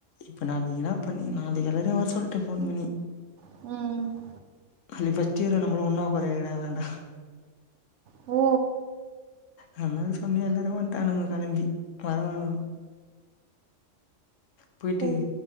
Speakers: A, on the left (about 75°); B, on the right (about 70°).
A: இப்போ நா நீதா பண்ணி நாளாக்கி எல்லாரையு வர சொல்ட்டே ஃபோன் பண்ணி
B: ம்
A: அல்லி ஃபஸ்ட் இயரு நம்மளு ஒன்னா ஒக்காற வைக்கிறாங்களான்டா
B: ஓ
A: அதுனால சொன்னே எல்லாருமே வண்டானுங்க கெளம்பி பரவால்லங் போயிட்டு
B: சரி,